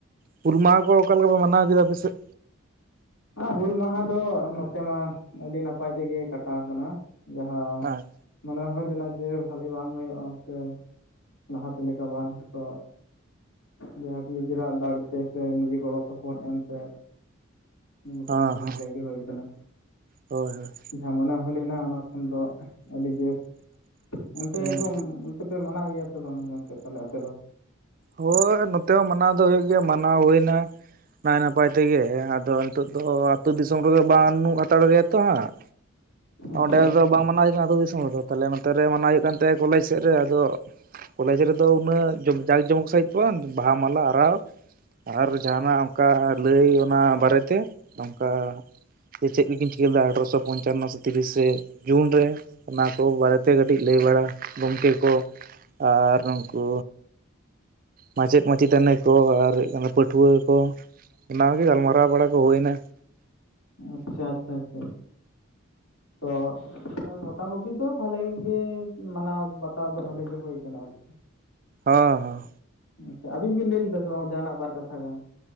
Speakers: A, on the right (about 40°); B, on the left (about 85°).
A: ᱦᱩᱞ ᱢᱟᱦᱟ ᱠᱚ ᱚᱠᱟ ᱞᱮᱠᱟ ᱠᱚ ᱢᱟᱱᱟᱣ ᱠᱮᱫᱟ ᱟᱯᱮᱥᱮᱫ?
B: ᱟᱨ ᱦᱩᱞ ᱢᱟᱦᱟ ᱫᱚ ᱱᱚᱛᱮ ᱢᱟ ᱟᱹᱰᱤ ᱱᱟᱯᱟᱭ ᱛᱮᱜᱮ ᱠᱟᱴᱟᱣ ᱠᱟᱱᱟ᱾ ᱡᱟᱦᱟᱸ
A: ᱦᱮᱸ
B: ᱢᱚᱱᱮ ᱦᱩᱭ ᱞᱮᱱᱟ ᱡᱮ ᱵᱷᱟᱹᱞᱤ ᱵᱟᱝ ᱦᱩᱭᱩᱜᱼᱟ, ᱡᱮᱻ ᱞᱟᱦᱟᱛᱮ ᱞᱮᱠᱟ ᱵᱟᱝ ᱛᱚ ᱡᱟᱭᱦᱳᱠ ᱱᱤᱡᱮᱨᱟᱜ ᱫᱟᱲᱮᱛᱮ ᱥᱮ ᱱᱤᱡᱮ ᱜᱚᱲᱚ ᱥᱚᱯᱚᱦᱚᱫ ᱮᱢᱛᱮ ᱢᱳᱚᱴᱟᱢᱩᱴᱤ
A: ᱦᱮᱸ
B: ᱵᱷᱟᱞᱮ ᱜᱮ ᱦᱩᱭ ᱠᱟᱱᱟ
A: ᱦᱳᱭ ᱦᱳᱭ
B: ᱡᱟᱦᱟᱸ ᱢᱚᱱᱮ ᱦᱩᱭ ᱞᱮᱱᱟ ᱚᱱᱟ ᱠᱷᱚᱱ ᱫᱚ, ᱟᱹᱰᱤ ᱵᱮᱥ, ᱚᱱᱛᱮ
A: ᱦᱩᱸ
B: ᱠᱷᱚᱱ ᱚᱱᱛᱮ ᱯᱮ ᱢᱟᱱᱟᱣ ᱜᱮᱭᱟ ᱥᱮ ᱵᱟᱝ ᱜᱚᱝᱠᱮ ᱛᱟᱞᱮ ᱟᱯᱮ ᱫᱚ
A: ᱦᱳᱭ ᱱᱚᱛᱮ ᱦᱚᱸ ᱢᱟᱱᱟᱣ ᱫᱚ ᱦᱩᱭᱩᱜ ᱜᱮᱭᱟ, ᱢᱟᱱᱟᱣ ᱦᱩᱭ ᱮᱱᱟ ᱱᱟᱭ ᱱᱟᱯᱟᱭ ᱛᱮᱜᱮ, ᱟᱫᱚ ᱱᱤᱛᱚᱜ ᱫᱚ ᱟᱛᱳ ᱫᱤᱥᱚᱢ ᱨᱮᱫᱚ ᱵᱟᱱᱩᱜ ᱦᱟᱛᱟᱲ ᱜᱮᱭᱟ ᱛᱚᱦᱟᱸᱜ
B: ᱟᱪᱪᱷᱟ
A: ᱚᱸᱰᱮ
B: ᱟᱪᱪᱷᱟ
A: ᱫᱚ ᱵᱟᱝ ᱢᱟᱱᱟᱣ ᱦᱩᱭ ᱠᱟᱱᱟ ᱟᱹᱛᱩ ᱫᱤᱥᱚᱢ ᱨᱮᱫᱚ ᱛᱟᱦᱚᱞᱮ ᱱᱚᱛᱮ ᱨᱮ ᱢᱟᱱᱟᱣ ᱦᱩᱭᱩᱜ ᱠᱟᱱ ᱛᱟᱦᱮ ᱠᱚᱞᱮᱡᱽ ᱥᱮᱫ ᱨᱮ ᱟᱫᱚᱻ ᱠᱚᱞᱮᱡᱽ ᱨᱮᱫᱚ ᱩᱱᱟᱹᱜ ᱡᱩ ᱡᱟᱸᱠ ᱡᱚᱢᱚᱠᱟᱭ ᱠᱷᱚᱱ ᱵᱟᱦᱟ ᱢᱟᱞᱟ ᱟᱨᱟᱣ ᱟᱨ ᱡᱟᱦᱟᱱᱟᱜ ᱚᱱᱠᱟ ᱞᱟᱹᱭ ᱚᱱᱟ ᱵᱟᱨᱮᱛᱮ ᱱᱚᱝᱠᱟᱻ ᱪᱮᱫ ᱠᱤᱱ ᱪᱤᱠᱟᱹ ᱞᱮᱫᱟ ᱟᱴᱷᱨᱚᱥᱚ ᱯᱚᱧᱪᱟᱱᱚ ᱛᱤᱨᱤᱥᱮᱻᱡᱩᱱ ᱨᱮ ᱚᱱᱟ ᱠᱚ ᱵᱟᱨᱮᱛᱮ ᱠᱟᱹᱴᱤᱡ ᱞᱟᱹᱭ ᱵᱟᱲᱟ ᱜᱚᱝᱠᱮ ᱠᱚ, ᱟᱨ ᱩᱱᱠᱩ ᱢᱟᱪᱮᱫ - ᱢᱟᱪᱮᱛᱟᱹᱱᱤ ᱠᱚ ᱟᱨ ᱯᱟᱹᱴᱷᱩᱣᱟᱹ ᱠᱚ, ᱚᱱᱟᱜᱮ ᱜᱟᱞᱢᱟᱨᱟᱣ ᱵᱟᱲᱟ ᱠᱚ ᱦᱩᱭᱱᱟ
B: ᱟᱪᱷᱟ, ᱟᱪᱷᱟ, ᱟᱪᱷᱟ ᱛᱚ ᱢᱚᱴᱟᱢᱩᱴᱤ ᱫᱚ ᱵᱷᱟᱞᱮ ᱜᱮ ᱢᱟᱱᱟᱣ ᱵᱟᱛᱟᱣ ᱫᱚ ᱵᱟᱷᱟᱞᱮ ᱜᱮ ᱦᱳᱭ ᱠᱟᱱᱟ ᱟᱨᱠᱤ
A: ᱦᱟ ᱦᱟᱸ
B: ᱟᱪᱷᱟ ᱟᱹᱵᱤᱱ ᱵᱤᱱ ᱞᱟᱹᱭ ᱞᱮᱫᱟ ᱥᱮ ᱵᱟᱝ ᱡᱟᱦᱟᱱᱟᱜ ᱵᱟᱨ ᱠᱟᱛᱷᱟ ᱜᱟᱱ